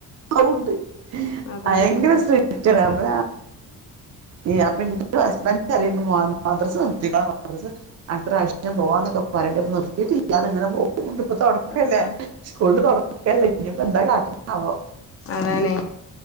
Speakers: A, on the right (about 45°); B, on the left (about 40°).
A: അതുണ്ട്.
B: അതാണ്
A: ഭയങ്കര സ്ട്രി റ്റണ്. അത് ഈഹ് ഉം അപ്പ ഇന്റെ ഹസ്ബന്റ് പറിയണ്ട് മദ്രസ നിർത്തിക്കോള മദ്രസ അടുത്ത പ്രാവശ്യം പോവാന്നൊക്കെ പറയണ്ട്. ഇപ്പ നിർത്തിയിട്ടില്ല ഇങ്ങനെ പോകുണ്ട്. ഇപ്പൊ തൊടക്കല്ലേ.
B: ആഹ്
A: സ്കൂള് തൊറക്കല്ലെ. ഇനി ഇപ്പൊ എന്താ കാട്ടണേ ആവോ.
B: അതാണ്.